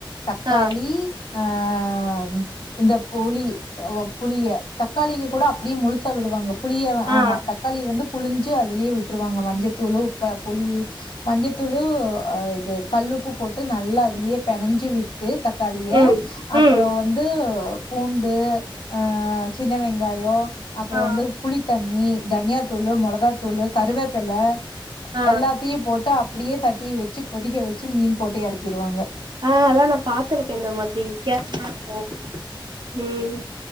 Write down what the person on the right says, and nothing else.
ஆ
ஆ
ம்
ம்
ஆ
ஆ
ஆ அதா நா பாத்துருக்கே இந்த மாத்ரி வித்யாசமா இருக்கு ம்